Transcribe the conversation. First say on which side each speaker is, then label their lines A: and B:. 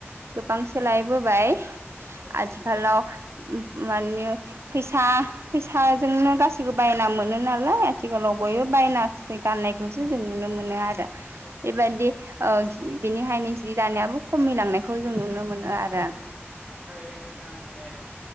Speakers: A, on the right; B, on the right.
A: औ
B: गोबां सोलायबोबाय
A: औ
B: आथिखालाव माने फैसा फैसा जोंनो गासैखौबो बायना मोनो नालाय आथिखालाव
A: औ
B: बयबो
A: औ
B: बायनासै गाननायखौसो जों नुनो मोनो आरो।
A: औ
B: बेबायदि
A: औ
B: ओ बेनिखायनो जि दानायाबो खमिलांनायखौ जों नुनो मोनो। आरो
A: औ ओमफ्राय नोंथां माने